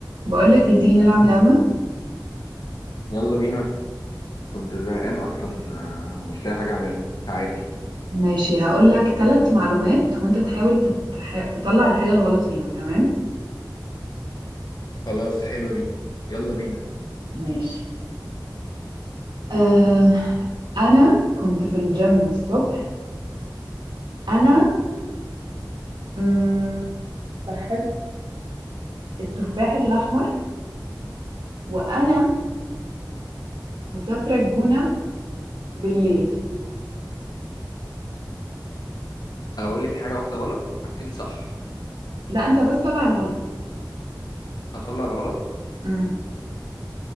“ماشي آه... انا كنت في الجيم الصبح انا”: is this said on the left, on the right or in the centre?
Right